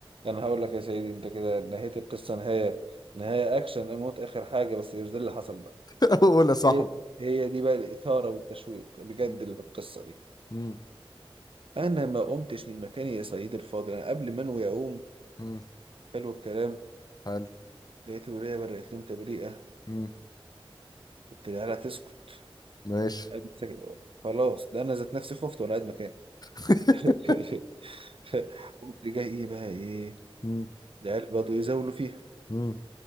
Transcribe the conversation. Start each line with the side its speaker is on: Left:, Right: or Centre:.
Right: انا هقول لك يا سيدي انت كده نهاية القصة نهاية نهاية اكشن اموت اخر حاجة بس مش ده اللي حصل بقى
Left: <laughs> قول يا صاحبي
Right: هي هي دي بقى الإثارة والتشويق بجد
Left: مم،
Right: اللي في القصة دي
Left: مم،
Right: انا ما قمتش من مكاني يا سيدي الفاضل انا قبل ما انوي اقوم
Left: مم،
Right: حلو الكلام
Left: حلو
Right: لقيت الولية برقت لهم تبريئة
Left: مم،
Right: قلت لها لا تسكت
Left: ماشي
Right: قالت سك- خلاص ده انا ذات نفسي خفت وانا قاعد مكاني
Left: <laughs>
Right: <laughs> قمت جاي ايه بقى ايه
Left: مم،
Right: العيال بدوا يزاولوا فيها
Left: مم.